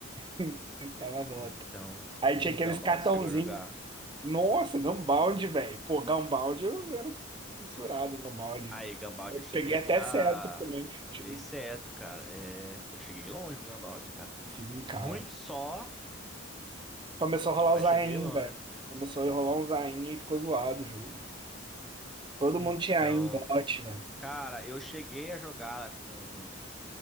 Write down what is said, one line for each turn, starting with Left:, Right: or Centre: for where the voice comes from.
Right: <laughs> Mas tava nota.
Centre: Então,
Right: <laughs> Aí
Centre: e
Right: tinha
Centre: o
Right: aqueles
Centre: Gumball,
Right: cartãozinhos.
Centre: você chegou a jogar?
Right: Nossa, Gunbound, velho. Pô, Gunbound, eu era fissurado em Gunbound.
Centre: Aí, Gumball,
Right: Eu
Centre: eu cheguei
Right: peguei
Centre: a
Right: até
Centre: virar.
Right: certo também.
Centre: Eu
Right: Tive-
Centre: virei cetro, cara. É, eu cheguei longe no Gumball, cara.
Right: Sim, cara.
Centre: Ruim que só,
Right: Começou a rolar
Centre: mas
Right: o Zain,
Centre: cheguei longe.
Right: velho. Começou a rolar um Zain e ficou zoado o jogo. Todo
Centre: Então,
Right: mundo tinha Aim bot, né?
Centre: cara, eu cheguei a jogar com.